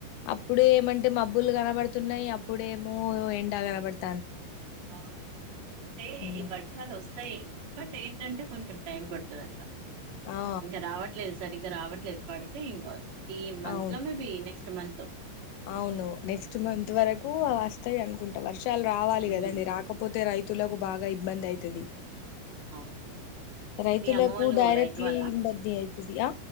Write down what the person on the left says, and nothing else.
అప్పుడు ఏమంటే మబ్బులు కనబడుతున్నాయి అప్పుడేమో ఎండా కనబడుతు
ఉ
ఆ
అవును
అవును నెక్స్ట్ మంత్ వరకు వస్తాయి అనుకుంటా వర్ ర్షాలు రావాలి
కదండి రాకపోతే రైతులకు బాగా ఇబ్బంది అయితది
రైతులకు
డైరెక్ట్లీ
ఇబ్బంది అవుతుదియా